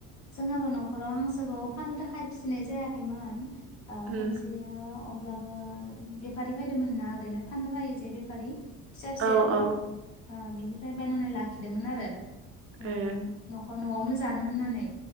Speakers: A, on the left; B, on the right.
A: जोंहाबो न'खराव हांसोखौ फाननो थाखाय फिनाय जायाखैमोन। ओ
B: उम
A: खनसे ओ अब्लाबो बेफारि फैदोंमोनना ओरैनो फाननो फैयो जे बेफारि फिसा फिसायावनो
B: औ औ
A: ओ बिनिफ्राय बायनानै लाखिदोंमोन आरो। ओ
B: ए
A: नखर न'आवनो जानो होननानै